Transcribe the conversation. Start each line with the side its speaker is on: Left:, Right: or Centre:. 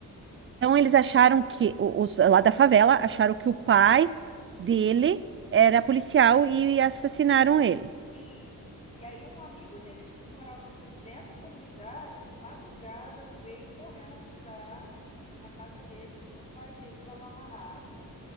Right: Então eles acharam que o- os lá da favela acharam que o pai dele era policial e assassinaram ele.
Left: Isso. E aí um amigo deles que morava nessa comunidade, de madrugada, veio correndo avisar na casa dele que o pai dele estava amarrado